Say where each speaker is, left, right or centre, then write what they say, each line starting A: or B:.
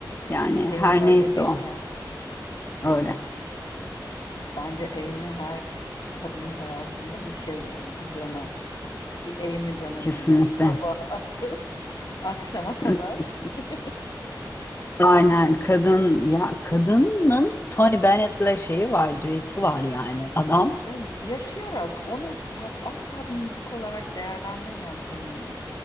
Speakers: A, on the left; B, on the left.
A: Yani
B: Amy
A: her
B: öyle
A: neyse
B: değil
A: o.
B: mi?
A: Öyle.
B: Bence Amy her kadının hayatında bir şey yani bir dönem. Bir Amy dönemim
A: Kesinlikle.
B: var. Sabah açıp <laughs> akşama kadar.
A: <laughs>
B: <laughs>
A: Aynen kadın ya kadının Tony Bennett'le şeyi var, düeti var yani. Adam.
B: Ya yaşayarak onu bak asla bir müzik olarak değerlendirmiyorum Amy'yi.